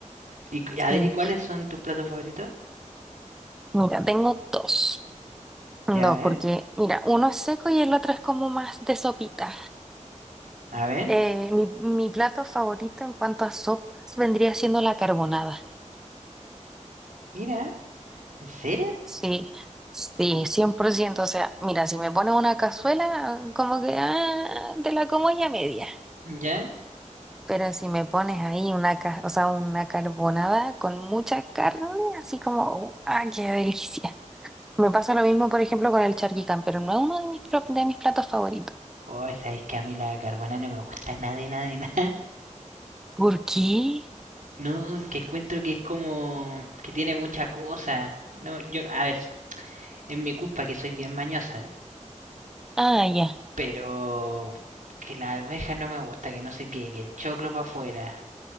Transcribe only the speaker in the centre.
Sí,
mira, tengo dos. Dos,
porque mira, uno es seco y el otro es como más de sopita.
Eh, mi, mi plato favorito en cuanto a sopas vendría siendo la carbonada.
Sí, sí, cien por ciento O sea, mira, si me pones una cazuela, como que ah, te la como ya media.
Pero si me pones ahí una, ca- o sea, una carbonada con mucha carne, así como, ¡ah, qué delicia! Me pasa lo mismo, por ejemplo, con el charquicán, pero no es uno de mis, pro- de mis platos favoritos.
¿Por qué?
Ah, ya.